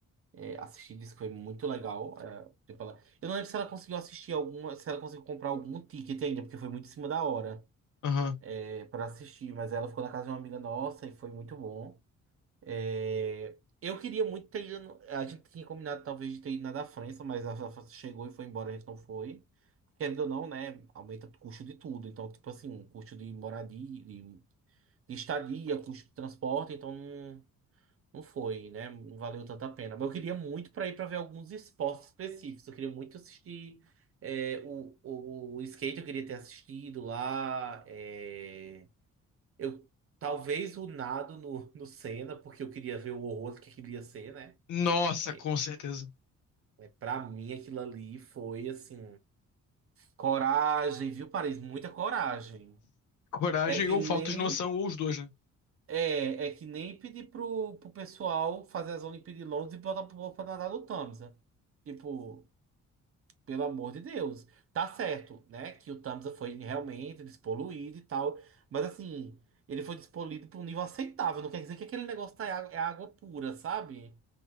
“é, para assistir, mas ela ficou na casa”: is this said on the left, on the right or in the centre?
Right